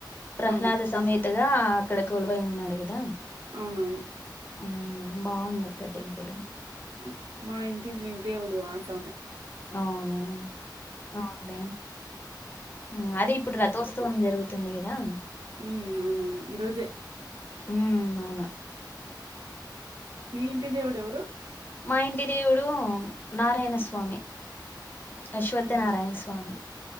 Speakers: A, on the left (about 25°); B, on the right (about 75°).
A: ప్రహల్లాద
B: అవును.
A: సమైత కదా అక్కడ కొలువై ఉన్నాడు కదా
B: అవునవును
A: ఆ బాగుందక్క టెంపులు
B: అ మా ఇంటి దేవుడు ఆ సామె
A: అవునా అవున్లే మ్ అది ఇప్పుడు రథోత్సవం జరుగుతుంది గదా
B: మ్ అవునవును ఈ రోజే
A: మ్ అవునా
B: మీ ఇంటి దేవుడు ఎవరు
A: మా ఇంటి దేవుడు నారాయణ స్వామి అశ్వత్థ
B: మ్
A: నారాయణ స్వామి